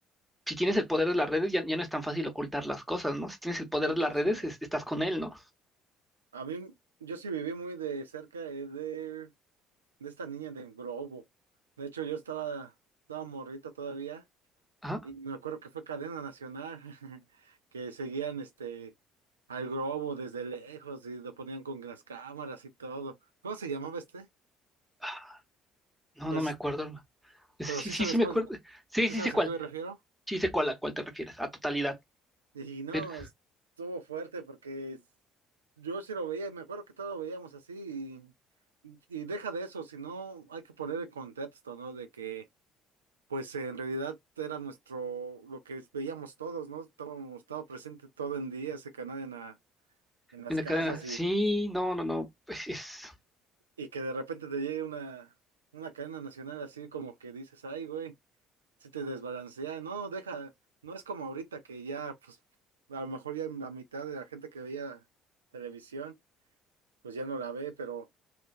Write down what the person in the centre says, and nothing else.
si tienes el poder de las redes, ya, ya no es tan fácil ocultar las cosas, ¿no? Si tienes el poder
de las redes,
es- estás con él, ¿no?
Ajá.
Ah, No,
no me acuerdo. hermano. Sí,
sí,
sí
sí me
acuerdo. Sí,
sí
sé cuál.
Sí sé cuál a cuál te refieres, a totalidad.
Pero,
En la
cadena. Sí,
no, no, no. pues es-